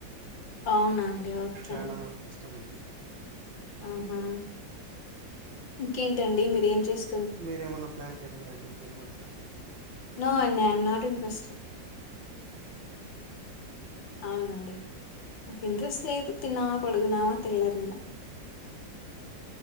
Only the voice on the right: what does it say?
చానా
కష్టం అండి
మీరేమన్నా ప్లాన్ చేయకూడదండి జిమ్ అట్ల
ఉ